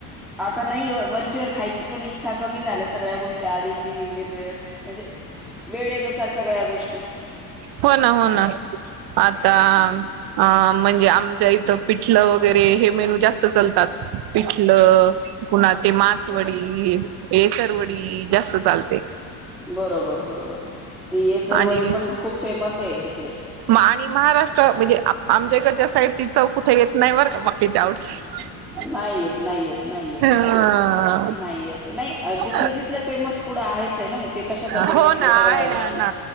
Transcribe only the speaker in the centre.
आता नई वं. वरचीवर खायची पण, इच्छा कमी झाल्या, सगळ्या गोष्टी आधीची वेगळंच, म्हणजे वेळेनुसार सगळ्या गोष्टी
बरोबर, बरोबर. ती येसरवडी
पण खूप फेमस ए इकडे.
नाई येत, नाई येत, नाई येत.
नाही येत, नाई जिथलं
तिथलं फेमस फुड आहेच आहे ना मग ते कशासाठी
म्हटलंय
सगळ्या
गोष्टी